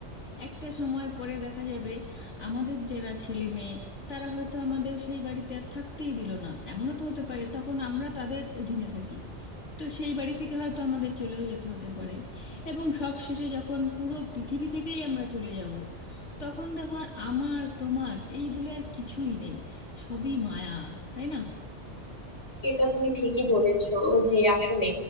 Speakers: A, on the left; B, on the left.
A: একটা সময় পরে দেখা যাবে আমাদের যারা ছেলে মেয়ে তারা হয়তো আমাদের সেই বাড়িতে আর থাকতেই দিল না এমনও তো হতে পারে তখন আমরা তাদের অধীনে থাকি তো সেই বাড়ি থেকে হয়তো আমাদের চলেও যেতে হতে পারে এবং সব শেষে যখন পুরো পৃথিবী থেকেই আমরা চলে যাব তখন দেখো আর আমার তোমার এই বলে আর কিছুই নেই সবই মায়া তাই না
B: এটা তুমি ঠিকই বলেছো যে আসলে